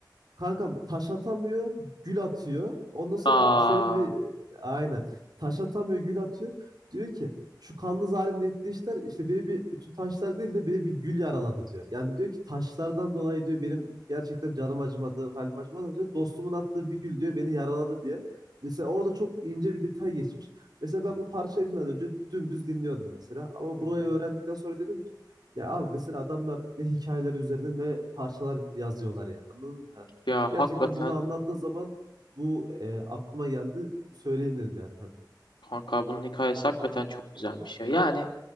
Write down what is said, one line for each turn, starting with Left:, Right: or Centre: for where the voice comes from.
Right: Kankam taş atamıyor, gül atıyor. Ondan sonra
Left: Aa,
Right: şöyle bir aynen taş atamıyor, gül atıyor. Diyor ki şu kanlı zalimin ettiği işler işte beni bir bütün taşlar değil de beni bir gül yaraladı diyor. Yani diyor ki taşlardan dolayı diyor benim gerçekten canım acımadı, halim acımadı diyor. Dostumun attığı bir gül diyor beni yaraladı diye. Mesela orada çok ince bir detay geçmiş. Mesela ben bu parçayı bilmeden önce dümdüz dinliyordum mesela. Ama
Left: hı
Right: burayı
Left: hı.
Right: öğrendikten sonra dedim ki ya abi mesela adamlar ne hikayeler üzerine ne parçalar yazıyorlar yani anladın mı?
Left: ya
Right: Gerçekten
Left: hakikaten
Right: bunu anlattığın zaman bu e, aklıma geldi. Söyleyeyim dedim yani. kanka.
Left: Kanka bunun hikayesi hakikaten çok güzelmiş ya. Yani